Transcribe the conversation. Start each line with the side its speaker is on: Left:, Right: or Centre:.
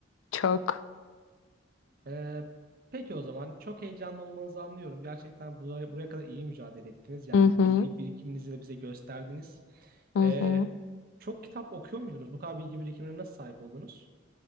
Left: Çok.
Right: Ee, peki o zaman çok heyecanlı olmanızı anlıyorum. Gerçekten buraya, buraya kadar iyi mücadele ettiniz. Yani
Left: Hı hı.
Right: bilgi birikiminizi de bize gösterdiniz.
Left: Hı
Right: Ee,
Left: hı.
Right: çok kitap okuyor muydunuz? Bu kadar bilgi birikimine nasıl sahip oldunuz?